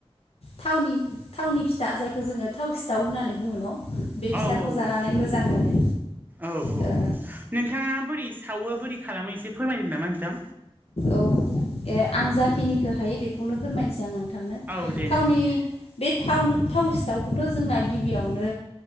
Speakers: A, on the left; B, on the right.
A: थावनि थावनि फिथा जायखौ जोङो थाव सिथाव होननानै बुङो न' बे फिथाखौ
B: औ औ
A: जानानै
B: औ
A: मोजां मोनो
B: औ औ
A: ओ
B: नोंथाङा बोरै सावो बोरै खालामो एसे फोरमायदो नामा नोंथां
A: औ ए आं जाखिनिखौ हायो बेखौनो फोरमायनोसै आं नों थांनो
B: औ दे
A: थावनि
B: नोंथां दे
A: बे थावनो थाव सिथावखौथ' जोंना गिबियावनो